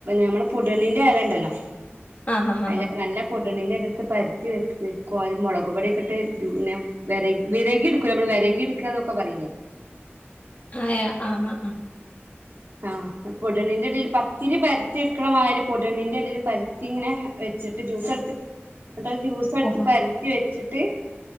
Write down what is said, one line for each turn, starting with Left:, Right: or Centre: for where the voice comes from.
Right: നമ്മള് പുതിനെന്റെ എല ഉണ്ടല്ലോ
Left: ആ ആ ആ ആ
Right: അയിനൊക്കെ നല്ല പുതിനെന്റെ ഇല എടു ഇത്പരുത്തി വെ വെക്കുവ അത് മുളക് പൊടിയൊക്കെട്ട് പിന്നെ വിരകി വിരകി എടുക്കൂല്ല നമ്മള് വിരകി എടുക്കുക എന്നൊക്കെ പറയിലേ
Left: ആ ആ ആ
Right: ആ പുതിനേന്റെ ഇലെല് പത്തിരി എടുക്കണ മാതിരി പുതിനെന്റെ ഇലെല് പരത്തി ഇങ്ങനെ വെച്ചിട്ട് ജ്യൂസ് എടുത്ത് എന്നിട്ടത് ജ്യൂസടിച്ച്
Left: ഓഹോ
Right: പരത്തി വെച്ചിട്ട്